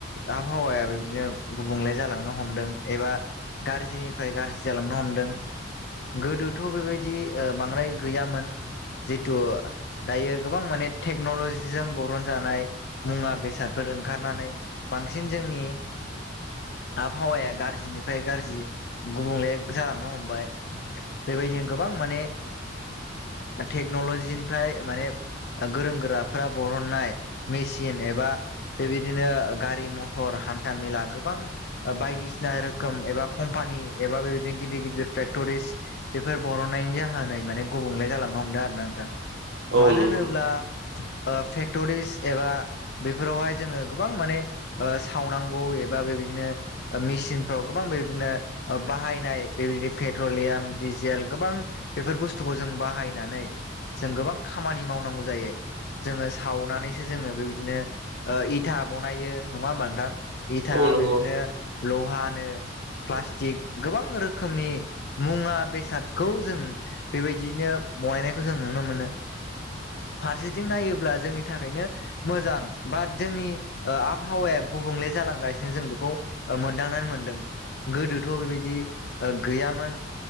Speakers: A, on the left (about 55°); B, on the right (about 65°).
A: आबहावाया बिदिनो गुबुंले जालांनो हमदों एबा गाज्रिनिफ्राय गाज्रि जालांनो हमदों गोदोथ' बेबायदि ओ बांद्राय गैयामोन जिथु दायो गोबां माने टेक्नलजिजों बरन जानाय मुवा बेसादफोर ओंखारनानै बांसिन जोंनि आबहावाया गाज्रिनिफ्राय गाज्रि गुबुंले जालांनो हमबाय बेबायदिनो गोबां माने टेक्नलजिनिफ्राय माने गोरों गोराफ्रा बरननाय मेचिन एबा बेबायदिनो गारि मथर हान्था मेला गोबां बायदिसिना रोखोम एबा कम्पानि एबा बेबायदिनो गिदिर गिदिर फेक्ट'रिस बेफोर बर'नायनि जाहोनै माने गुबुंले जालांनो हमदों आरोना नोंथां
B: औ
A: मानो
B: नंगौ
A: होनोब्ला
B: नोंथां
A: ओ फेक्टरिस एबा बेफोरावहाय जोङो गोबां माने ओ सावनांगौ एबा बेबायदिनो मे सिनफ्राव गोबां बेबादिनो ओ बाहायनाय बेबादिनोे पेट्रलियाम दिजेल गोबां बेफोर बुसथुखौ जों बाहायनानै जों गोबां खामानि मावनांगौ जायो जोङो सावनानै जोङो बेबायदिनो ओ इथा बनायो नङा होमबा नोंथां इथा
B: औ नंगौ
A: बेदिनो लहानो प्लास्टिक गोबां रोखोमनि मुवा बेसादखौ जों बेबायदिनो बनायनायखौ जों नुनो मोनो फारसेथिं नायोब्ला जोंनि थाखायनो मोजां बाट जोंनि आबहावाया गुबुंले जालांगासिनो जों बेखौ मोनदां मोनदों गोदोथ' बेबायदि गैयामोन